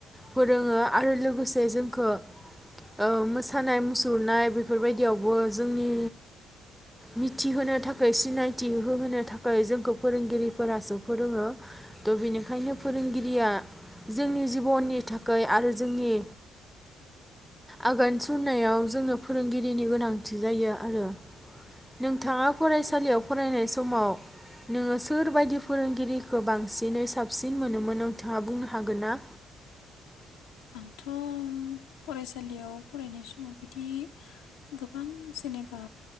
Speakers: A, in the centre; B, on the left.
A: फोरोङो आरो लोगोसे जोंखौ मोसानाय मुसुरनाय बेफोरबायदियावबो जोंनि मिथिहोनो थाखाय सिनायथि होहोनो थाखाय जोंखौ फोरोंगिरिफोरासो फोरोङो थ बेनिखायनो फोरोंगिरिया जोंनि जिबननि थाखाय आरो जोंनि आगान सुरनायाव जोंनो फोरोंगिरिनि गोनांथि जायो आरो नोंथाङा फरायसालियाव फरायनाय समाव नोङो सोरबायदि फोरोंगिरिखौ बांसिनै साबसिन मोनोमोन नोंथाङा बुंनो हागोन ना
B: आंथ फरायसालियाव फरायनाय समाव बिदि गोबां जेनेबा